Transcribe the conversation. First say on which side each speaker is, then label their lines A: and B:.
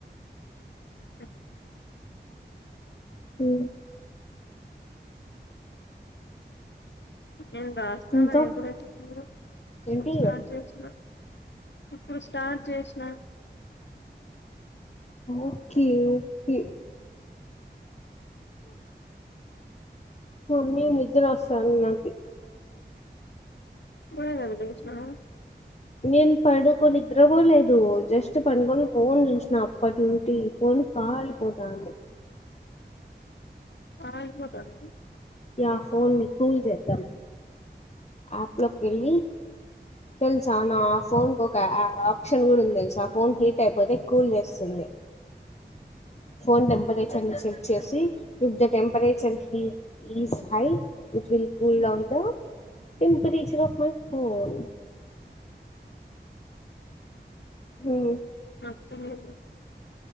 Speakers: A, on the left; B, on the left.
A: చెప్పు
B: హు
A: నేను రాస్తాన్న
B: ఇంకా
A: ఎప్పుడై పోతుంథో ఇప్పుడు
B: ఏంటి
A: స్టార్ట్ చేసిన ఇప్పుడు స్టార్ట్ చేసినా
B: ఓకే ఓకే మమ్మీ నిద్ర వస్తంది నాకి
A: ఇప్పుడే కదా లేసినవ్
B: నేను పడుకొని నిద్రవోలేదు జస్ట్ పడుకొని ఫోన్ చూసిన అప్పటి నుండి ఈ ఫోన్ కాలిపోతంది
A: కాలి పోతందా
B: యా ఫోన్ ని కూల్ చేద్దాం యాప్ లోకి వెళ్ళి తెలుసా నా ఆ ఫోన్ కి ఒక ఆప్షన్ కూడా ఉంది తెలుస ఆ ఫోన్ హీట్ అయిపోతే కూల్ చేస్తుంది ఫోన్ నంబర్ అన్ని చెక్ చేసి with the temperature heat is high it will cool down temperature of my phone హుమ్
A: ఆ వస్తలేద్